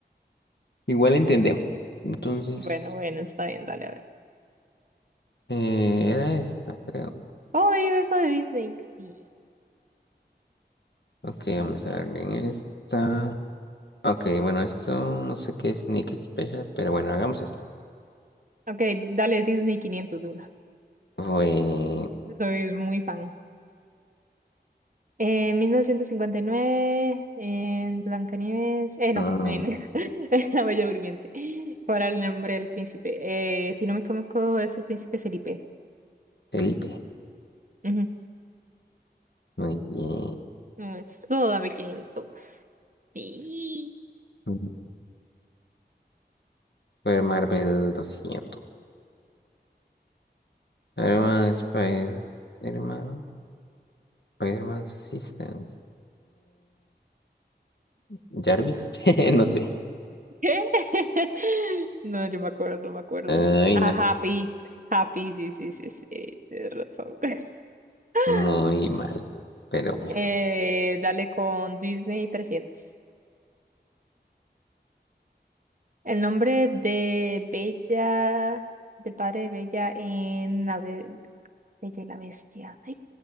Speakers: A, on the left; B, on the right.
A: igual entendemos. Entonces,
B: bueno, bueno, está bien, dale, a ver.
A: eh, era esta, creo.
B: Oh, y eso de Disney, sí.
A: Ok, vamos a darle en esta. Ok, bueno, esto no sé qué es Nick Special, pero bueno, hagamos esto.
B: Ok, dale Disney quinientos uno
A: Fue
B: Soy muy fan. En 1959, en Blancanieves, eh,
A: mm,
B: no, en, <laughs> en La Bella Durmiente, ¿cuál era el nombre del príncipe? Eh, si no me equivoco, es el príncipe Felipe.
A: Felipe.
B: Ujú.
A: Muy bien.
B: Mm, Eso, dame 500. Sí.
A: Ujú. Fue Marvel doscientos. Herman Spider-Man. Spider-Man's Assistance. Jarvis, <laughs> no sé.
B: ¿Qué? <laughs> No, yo me acuerdo, no me acuerdo.
A: Ay,
B: Ah,
A: no,
B: Happy, Happy, sí, sí, sí, sí, tienes razón. <laughs>
A: muy mal. Pero bueno,
B: Eh, dale con Disney 300. El nombre de Bella, del padre de Bella en la be- Bella y la Bestia. <gasps>